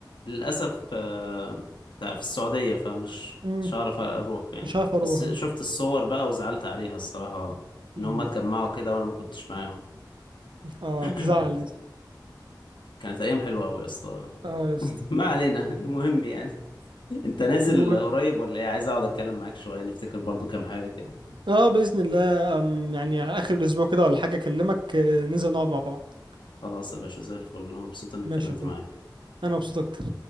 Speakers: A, on the left (about 80°); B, on the right (about 80°).
A: للأسف آه، ده في السعودية فمش
B: مم،
A: مش هعرف اروح يعني
B: مش عارف اروح
A: بس شفت
B: اه
A: الصور بقى وزعلت عليها الصراحة
B: مم،
A: ان هم اتجمعوا كده وانا ما كنتش معاهم
B: آه،
A: <clears throat>
B: تزعل دي
A: كانت ايام حلوة قوي يا اسطى
B: اه يا اسطى
A: <laughs> ما علينا المهم يعني انت نازل
B: المهم
A: قريب ولا ايه عايز اقعد اتكلم معاك شوية نفتكر برضو كام حاجة كده
B: اه باذن الله أم، يعني على اخر الاسبوع كده ولا حاجه اكلمك آه، ننزل نقعد مع بعض
A: خلاص يا باشا زي الفل أنا مبسوط إني اتكلمت
B: ماشي يا اخويا
A: معاك
B: انا مبسوط اكتر